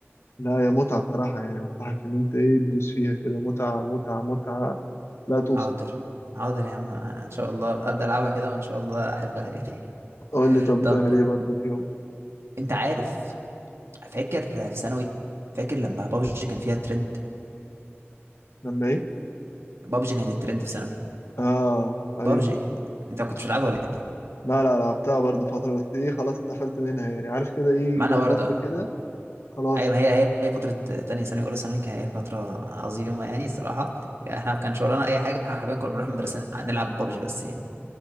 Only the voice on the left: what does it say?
لا يا متعه بصراحه يعني انصحك ان انت ايه تدوس فيها كده متعه متعه متعه لا توصف
قول
لي طب بتعمل
ايه برضه في يوم
لما ايه
اه ايوه
لا لا لعبتها برضو فترة بس ايه خلاص اتقفلت منها يعني عارف كده ايه
جه
فترة كده خلاص